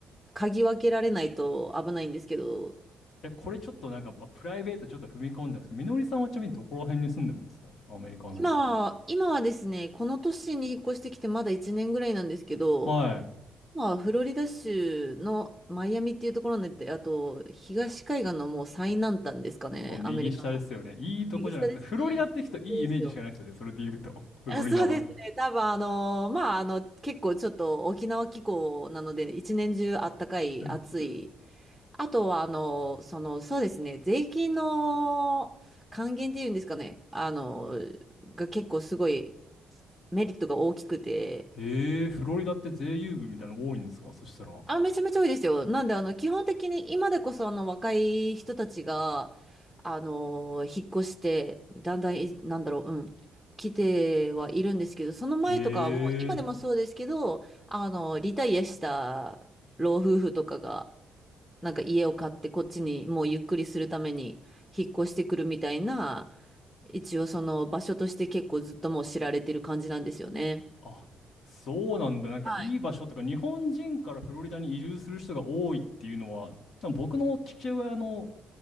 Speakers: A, in the centre; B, on the left.
A: 嗅ぎ分けられないと危ないんですけど、
B: え、これちょっとなんか、まあ、プライベートちょっと踏み込んじゃうんですけど、みのりさんはちなみにどこら辺に住んでるんですかアメリカの。
A: 今は、今はですね、この都市に引っ越してきてまだ1年ぐらいなんですけど、
B: はい。
A: まあ、フロリダ州のマイアミっていうところに行って、あと、東海岸のもう最南端ですかね、
B: もう右下ですよね。
A: アメリカの。
B: いいとこじゃなくて、
A: 右下ですね。
B: フロリダって聞くといいイメージしかないですよね。
A: 先っちょですよ。
B: それで言うと。<laughs> フロリダは。
A: あ、そうですね。多分、あの、まあ、あの、結構ちょっと沖縄気候なので、一年中あったかい、
B: うん
A: 暑い。あとは、あの、その、そうですね、税金の還元っていうんですかね、あの、が結構すごいメリットが大きくて、
B: へえ、フロリダって税優遇みたいなの多いんですかそしたら。
A: あ、めちゃめちゃ多いですよ。なんで、あの、基本的に今でこそ、あの、若い人たちが、あの、引っ越して、だんだんい、なんだろう、うん、来てはいるんですけど、その前とかはもう、
B: へえ。
A: 今でもそうですけど、あの、リタイアした老夫婦とかが、なんか家を買って、こっちにもうゆっくりするために引っ越してくるみたいな、一応その場所として結構ずっともう知られてる感じなんですよね。
B: あ、そうなんだ。なんかいい場所とか、
A: はい。
B: 日本人からフロリダに移住する人が多いっていうのは、多分僕の父親の